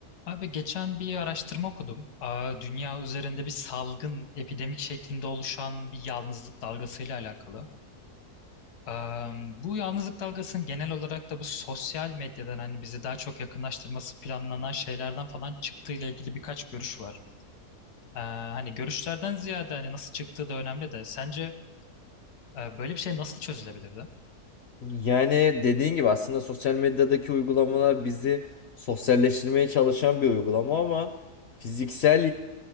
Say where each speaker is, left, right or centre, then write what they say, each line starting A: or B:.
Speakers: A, on the left (about 80°); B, on the left (about 60°).
A: Abi geçen bir araştırma okudum. Aa, dünya üzerinde bir salgın, epidemik şeklinde oluşan bir yalnızlık dalgasıyla alakalı. Aa, bu yalnızlık dalgasının genel olarak da bu sosyal medyadan hani bizi daha çok yakınlaştırması planlanan şeylerden falan çıktığı ile ilgili birkaç görüş var. Aa, hani görüşlerden ziyade hani nasıl çıktığı da önemli de sence e, böyle bir şey nasıl çözülebilirdi?
B: Yani dediğin gibi aslında sosyal medyadaki uygulamalar bizi sosyalleştirmeye çalışan bir uygulama ama fiziksel